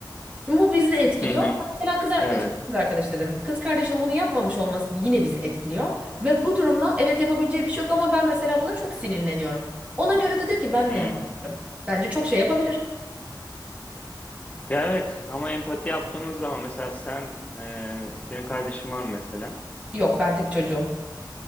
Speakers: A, on the right (about 15°); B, on the left (about 20°).
A: Şimdi bu bizi de etkiliyor.
B: Hı hı.
A: Ama Mesela kız, ar-
B: Evet.
A: kız arkadaş dedim. Kız kardeşinin bunu yapmamış olması yine bizi etkiliyor. Ve bu durumda evet yapabileceği bir şey yok ama ben mesela buna çok sinirleniyorum. Ona göre de diyor ki ben
B: Hı.
A: ne yapabilirim? Bence çok şey yapabilir.
B: Ya evet ama empati yaptığımız zaman mesela sen e, senin kardeşin var mı mesela?
A: Yok ben tek çocuğum.